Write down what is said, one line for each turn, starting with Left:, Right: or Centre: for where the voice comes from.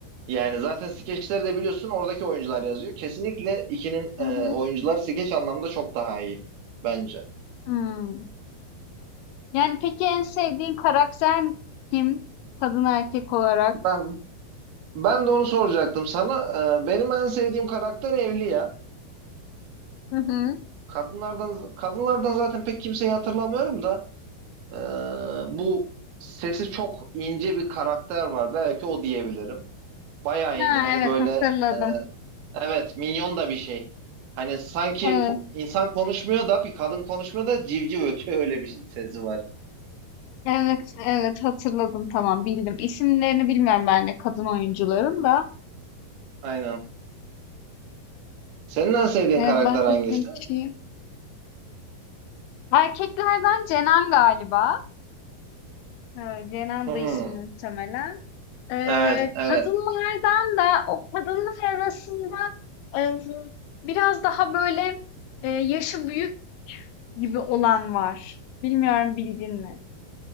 Right: Yani zaten skeçleri de biliyorsun oradaki oyuncular yazıyor. Kesinlikle ikinin e,
Left: Hı hı.
Right: oyuncuları skeç anlamında çok daha iyi bence.
Left: Hmm. Yani peki en sevdiğin karakter kim? Kadın erkek olarak.
Right: Ben Ben de onu soracaktım sana. Ee, benim en sevdiğim karakter Evliya.
Left: Hı hı.
Right: Kadınlardan kadınlardan zaten pek kimseyi hatırlamıyorum da ee, bu sesi çok ince bir karakter var. Belki o diyebilirim. Bayağı
Left: Ha,
Right: ince hani
Left: evet
Right: böyle
Left: hatırladım.
Right: ee, evet minyon da bir şey. Hani sanki
Left: Evet,
Right: ku- insan konuşmuyor da bir kadın konuşmuyor da civciv ötüyor öyle bir sesi var.
Left: evet, evet hatırladım. Tamam bildim. İsimlerini bilmiyorum ben de kadın oyuncuların da.
Right: Aynen. Senin en sevdiğin
Left: Evet
Right: karakter
Left: bahsettiğin
Right: hangisi?
Left: kişiyi. Erkeklerden Cenan galiba. Evet, Cenan'dı
Right: Hmm,
Left: ismi muhtemelen. Ee,
Right: evet evet.
Left: kadınlardan da o kadınlar arasında e, biraz daha böyle e, yaşı büyük gibi olan var. Bilmiyorum bildin mi?